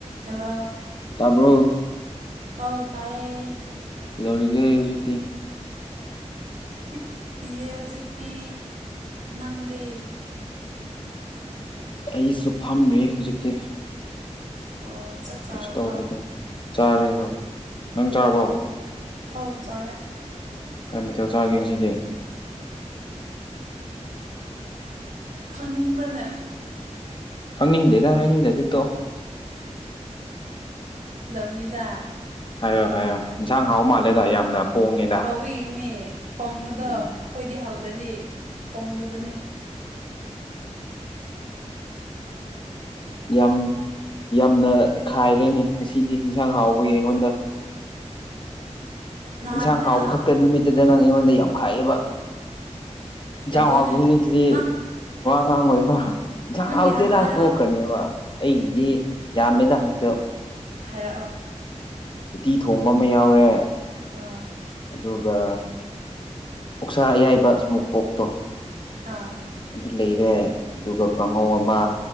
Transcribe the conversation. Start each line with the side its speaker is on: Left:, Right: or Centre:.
Right: hello
Left: ꯇꯥꯕꯣ
Right: ꯍꯧ ꯇꯑꯌꯦ
Left: ꯇꯧꯔꯤꯒꯦ ꯑꯩ ꯍꯧꯖꯤꯛꯇꯤ
Right: ꯍꯤꯞꯄꯤꯌꯦ ꯍꯧꯖꯤꯛꯇꯤ ꯅꯪꯗꯦ
Left: ꯑꯩꯁꯨ ꯐꯝꯔꯤ ꯍꯧꯖꯤꯛꯇꯤ
Right: ꯑꯣ ꯆꯞ ꯆꯥꯔꯕ
Left: ꯀꯩꯁꯨ ꯇꯧꯗꯦꯗ ꯆꯥꯔꯦ ꯍꯣꯏ ꯅꯪ ꯆꯥꯔꯕꯣ
Right: ꯑꯥꯎ ꯆꯥꯔꯦ
Left: ꯀꯔꯤ ꯃꯊꯦꯜ ꯆꯥꯒꯦ ꯉꯁꯤꯗꯤ
Right: ꯈꯪꯅꯤꯡꯕ꯭ꯔꯅꯦ
Left: ꯈꯪꯅꯤꯡꯗꯦꯗꯪ ꯍꯥꯏꯅꯤꯡꯗꯗꯤꯠꯇꯣ
Right: ꯅꯤꯗꯥ
Left: ꯍꯥꯏꯌꯣ ꯍꯥꯏꯌꯣ ꯌꯦꯟꯁꯥꯡ ꯍꯥꯎ ꯃꯥꯜꯂꯦꯗ ꯌꯥꯝꯅ ꯄꯣꯡꯉꯦꯗ
Right: ꯍꯥꯎꯕꯤꯒꯤꯅꯤ ꯄꯣꯡꯕꯗꯣ
Left: ꯑꯗꯨꯅꯤ
Right: ꯑꯩꯈꯣꯏꯗꯤ ꯍꯥꯎꯗꯔꯤ ꯄꯣꯡꯗꯕꯅꯤ
Left: ꯌꯥꯝ ꯌꯥꯝꯅ ꯈꯥꯏꯔꯦꯅꯦ ꯉꯁꯤꯗꯤ ꯌꯦꯟꯁꯥꯡ ꯍꯥꯎꯕꯒꯤ ꯑꯩꯉꯣꯟꯗ
Right: ꯅꯍꯥꯟ
Left: ꯏꯟꯁꯥꯡ
Right: ꯍꯦꯟꯅ
Left: ꯍꯥꯎꯕ ꯈꯛꯇ ꯅꯨꯃꯤꯠꯇꯨꯗ ꯅꯪ ꯑꯩꯉꯣꯟꯗ ꯌꯥꯝ ꯈꯥꯏꯑꯦꯕ ꯌꯦꯟꯁꯥꯡ
Right: ꯑꯗꯨꯅꯦ
Left: ꯍꯥꯎꯗꯕꯅꯤ ꯑꯗꯨꯗꯤ
Right: ꯅꯪ
Left: ꯋꯥ ꯉꯥꯡ ꯑꯣꯏꯣꯏꯕ
Right: ꯅꯪꯒꯤ
Left: ꯍꯥꯎꯇꯦꯗ
Right: ꯍꯥꯟꯅ ꯍꯥꯏꯔꯛꯑꯣ
Left: ꯇꯣꯛꯀ꯭ꯔꯅꯦꯕ ꯑꯩꯒꯤꯗꯤ ꯌꯥꯝꯃꯦꯗ ꯃꯊ
Right: ꯍꯥꯏꯔꯛꯑꯣ
Left: ꯎꯇꯤ ꯊꯣꯡꯕ ꯑꯃ ꯌꯥꯎꯔꯦ
Right: ꯑ
Left: ꯑꯗꯨꯒ ꯎꯛꯁꯥ ꯑꯌꯥꯏꯕ ꯏꯁꯃꯣꯛ ꯄꯣꯛꯇꯣ
Right: ꯑꯥ
Left: ꯑꯗꯨ ꯂꯩꯔꯦ ꯑꯗꯨꯒ
Right: ꯎꯝ
Left: ꯀꯥꯡꯉꯧ ꯑꯃ